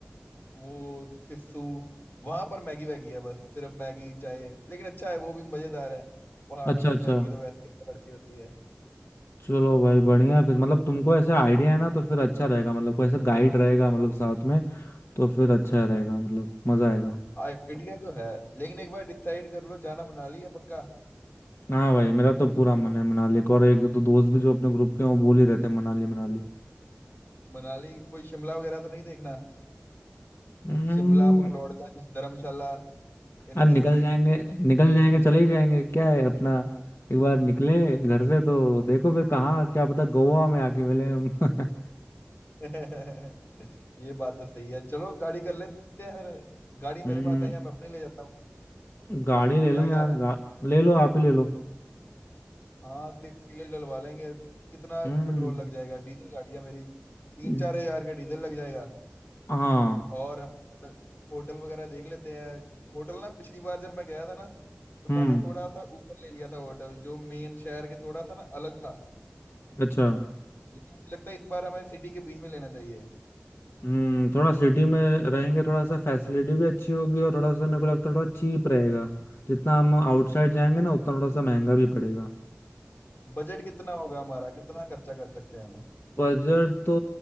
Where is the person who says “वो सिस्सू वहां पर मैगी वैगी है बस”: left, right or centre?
Left